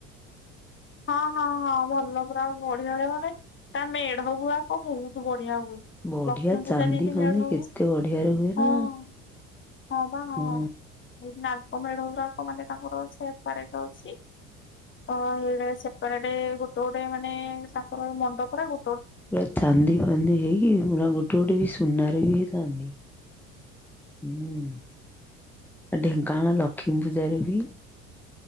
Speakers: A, on the left (about 25°); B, in the centre.
A: ହଁ-ହଁ-ହଁ ଭଲ ପୁରା ଆଉ ବଢିଆ-ବଢ଼ିଆ ମାନେ ତା ମେଢ ଗୁରାକ ବହୁତୁ ବଢିଆ ହୁଏ।
B: ବଢିଆ
A: ଲକ୍ଷ୍ମୀ
B: ଚାନ୍ଦି
A: ପୂଜା ଯେନ୍ତି
B: ଫାନ୍ଦି
A: ମେଢ ହୁଏ
B: କେତେ ବଢିଆରେ ହୁଏ ନା
A: ହଁ। ହଁ ବା ହଁ
B: ହୁଁ
A: ଏଇ ନାଲକୋ ମେଢ ଗୁଡାକ ମାନେ ତାଙ୍କର ସେପାରେଟ୍ ଅଛି। ତ ଏ ସେପାରେଟେ ଗୋଟେ-ଗୋଟେ ମାନେ ତାଙ୍କର ମଣ୍ଡପରେ ଗୋ
B: ପୁରା ଚାନ୍ଦି ଫାନ୍ଦି ହେଇକି ପୁରା ଗୋଟେ-ଗୋଟେ ବି ସୁନାରେ ବି ହଇଥାନ୍ତି। ହୁଁ, ଆ ଢେଙ୍କାନାଳ ଲକ୍ଷ୍ମୀ ପୂଜାରେ ବି